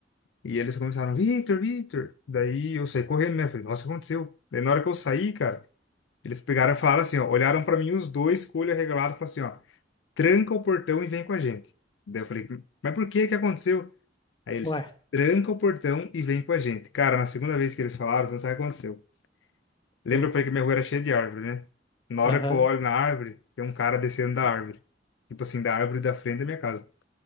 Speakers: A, on the left (about 85°); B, on the left (about 25°).
A: E eles começaram, Victor, Victor. Daí eu saí correndo, né? Falei, nossa, o que aconteceu? Daí na hora que eu saí, cara. Eles pegaram e falaram assim, ó, olharam pra mim os dois com o olho arregalado e falaram assim, ó, tranca o portão e vem com a gente. Daí eu falei, mas por que que aconteceu? Aí eles
B: Ué,
A: tranca o portão e vem com a gente. Cara, na segunda vez que eles falaram, você não sabe o que aconteceu. Lembra
B: hum,
A: que eu falei que minha rua era cheia de árvore, né? Na hora
B: aham.
A: que eu olho na árvore, tem um cara descendo da árvore. Tipo assim, da árvore da frente da minha casa.